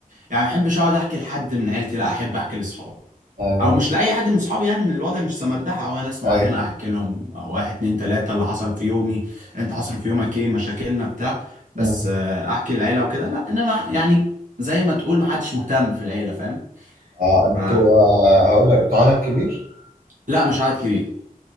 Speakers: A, on the right; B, on the right.
A: يعني ما بحبش اقعد احكي لحد من عيلتي لا احب احكي لاصحابي
B: أيوه
A: او مش لاي حد من صحابي يعني من الوضع مش سمردحه او ناس معينه
B: أيوه
A: احكي لهم واحد اتنين تلاته اللي حصل في يومي انت حصل في يومك ايه مشاكلنا بتاع بس
B: مم.
A: آه، احكي للعيله وكده لا انما أح- يعني زي ما تقول ما حدش مهتم في العيله فاهم
B: أه أنتوا
A: ف
B: آه، هقول لك أنتوا عدد كبير؟
A: لا مش عدد كبير